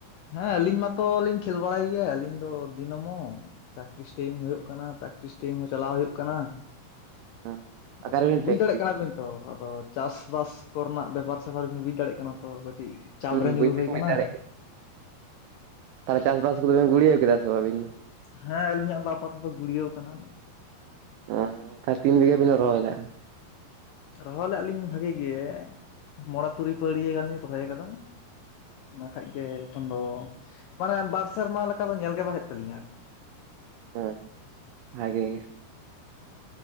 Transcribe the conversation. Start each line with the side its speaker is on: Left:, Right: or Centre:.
Left: ᱦᱮᱸ ᱟᱞᱤᱧ ᱢᱟᱛᱚᱞᱤᱧ ᱠᱷᱮᱞ ᱵᱟᱲᱟᱭ ᱜᱮᱭᱟ ᱟᱞᱤᱧ ᱫᱚ ᱫᱤᱱᱚᱢᱚ ᱯᱨᱮᱠᱴᱤᱥ ᱴᱟᱭᱤᱢ ᱦᱩᱭᱩᱜ ᱠᱟᱱᱟ ᱯᱨᱮᱠ ᱴᱤᱥ ᱴᱟᱭᱤᱢ ᱦᱚᱸ ᱪᱟᱞᱟᱣ ᱦᱩᱭᱩᱜ ᱠᱟᱱᱟ᱾
Right: ᱦᱩᱸ
Left: ᱟᱫᱚ
Right: ᱚᱠᱟᱨᱮᱵᱤᱱ
Left: ᱵᱩᱡᱽ
Right: ᱯᱨᱮᱠᱴᱤᱥ
Left: ᱫᱟᱲᱮᱭᱟᱜ ᱠᱟᱱᱟ ᱵᱤᱱ ᱛᱚ ᱟᱫᱚ ᱪᱟᱥ ᱵᱟᱥ ᱠᱚ ᱨᱮᱱᱟᱜ ᱵᱮᱯᱟᱨ ᱥᱮᱯᱟᱨ ᱵᱤᱱ ᱵᱩᱡᱽ ᱫᱟᱲᱮᱭᱟᱜ ᱠᱟᱱᱟ ᱛᱚ ᱠᱟᱹᱴᱤᱡ ᱪᱟᱯ
Right: ᱦᱩᱸ
Left: ᱨᱮ ᱧᱩᱨᱩ
Right: ᱵᱩᱡᱽ ᱫᱚᱞᱤᱧ
Left: ᱦᱩᱭ ᱠᱟᱱᱟ,
Right: ᱵᱩᱡᱽ ᱫᱟᱲᱮᱭᱟᱜ ᱛᱟᱦᱚᱞᱮ ᱪᱟᱥ ᱵᱟᱥ ᱠᱚᱫᱚ ᱵᱮᱱ ᱜᱩᱲᱣᱟᱹᱣ ᱠᱮᱫᱟ ᱥᱮ ᱵᱟᱝ ᱟᱵᱤᱱ ᱫᱚ?
Left: ᱦᱮᱸ ᱟᱹᱞᱤᱧᱟᱜ ᱫᱚ ᱟᱯᱟᱛᱚᱛᱚ ᱜᱩᱲᱤᱭᱟᱹᱣ ᱠᱟᱱᱟ᱾
Right: ᱮᱸ ᱠᱷᱟᱡ ᱛᱤᱱ ᱵᱤᱜᱷᱟᱹ ᱵᱤᱱ ᱨᱚᱦᱚᱭ ᱞᱟᱜ-ᱟ?
Left: ᱨᱚᱦᱚᱭ ᱞᱟᱜ-ᱟ ᱞᱤᱧ ᱵᱷᱟᱜᱤ ᱜᱮ, ᱢᱚᱲᱮ ᱛᱩᱨᱩᱭ ᱯᱟᱹᱲᱭᱟᱹ ᱜᱟᱱ ᱞᱤᱧ ᱨᱚᱦᱚᱭ ᱠᱟᱫᱟ᱾ ᱚᱱᱟ ᱠᱷᱟᱡ ᱜᱮ ᱮᱠᱷᱚᱱ ᱫᱚ ᱢᱟᱱᱮ ᱵᱟᱨ ᱥᱮᱨᱢᱟ ᱞᱮᱠᱟ ᱫᱚ ᱧᱮᱞ ᱜᱮ ᱵᱟ ᱦᱩᱭᱩᱜ ᱛᱟᱞᱤᱧᱟ ᱟᱨᱠᱤ᱾
Right: ᱦᱩᱸ ᱵᱷᱟᱜᱮ ᱜᱮ